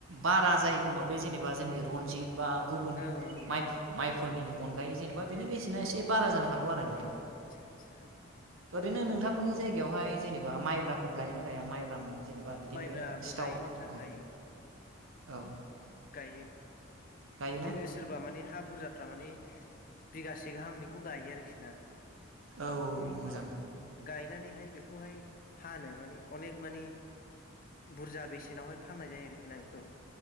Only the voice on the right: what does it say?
बारा जायो खोमा बे जेनेबा जोंनि रनजित बा गुबुन
माइ
माइफोरनि अनगायै जेनेबा
बिनि बेसेना एसे बारा जानो हागौ आरो नों-
ओरैनो नोंथांमोननि जायगायावहाय जेनेबा माइब्राफोर गायोना गाया माइब्रा माइ? जेनेबा बिदिनो
सिथाव
औ
औ
गायोना
औ मोजां